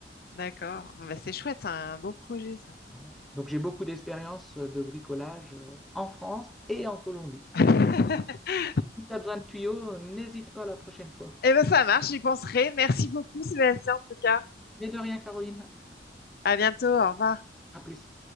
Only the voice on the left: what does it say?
D'accord. Ah bah c'est chouette, c'est un beau projet ça.
<laughs>
Eh ben ça marche, j'y penserai. Merci beaucoup Sébastien en tout cas.
À bientôt, au revoir.